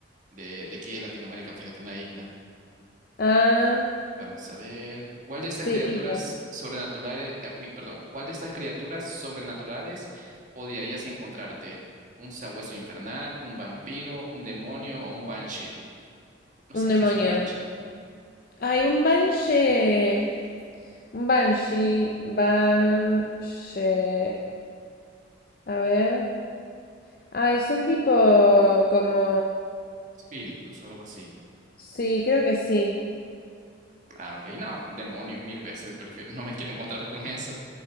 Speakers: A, on the right; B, on the left.
A: de, de aquí de Latinoamérica, fíjate, una isla.
B: Ah,
A: Oh, Vamos a ver. ¿Cuál de estas
B: sí,
A: criaturas
B: Inga.
A: sobrenaturales, eh, uy, perdón, cuál de estas criaturas sobrenaturales odiarías encontrarte? ¿Un sabueso infernal, un vampiro, un demonio o un banshee? No sé
B: Un
A: qué
B: demonio.
A: es un banshee.
B: Hay un Banshee. Un Banshee. Banshee. A ver. Ay, son tipo como...
A: espíritus o algo así.
B: Sí, creo que sí.
A: Ah, ok, no, demonios mil veces, prefiero, <laughs> no me quiero encontrar con eso.